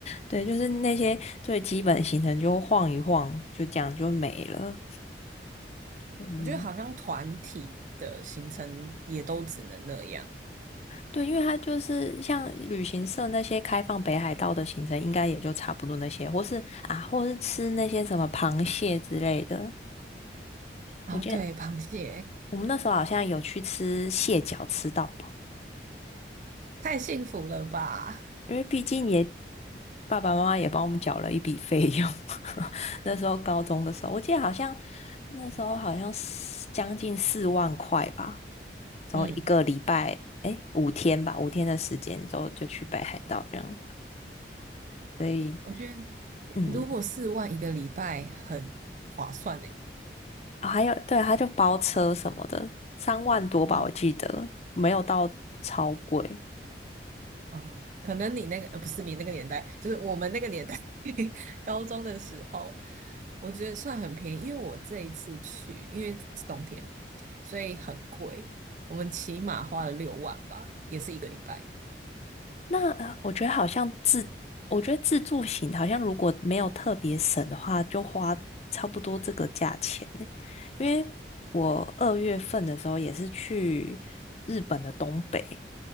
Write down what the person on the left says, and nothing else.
对，就是那些最基本的行程就晃一晃，就这样就没了。嗯，
对，因为它就是像旅行社那些开放北海道的行程，应该也就差不多那些，或是啊，或是吃那些什么螃蟹之类的。
我记得
我们那时候好像有去吃蟹脚，吃到
因为毕竟也爸爸妈妈也帮我们缴了一笔费用，<laughs> 那时候高中的时候，我记得好像那时候好像是将近四万块吧，然后一个礼拜，
诶，五天吧，五天的时间之后就去北海道这样，所以
嗯，
啊还有对，他就包车什么的，三万多吧，
我记得没有到超贵，
那呃我觉得好像自，我觉得自助型好像如果没有特别省的话，就花差不多这个价钱呢。因为我二月份的时候也是去日本的东北，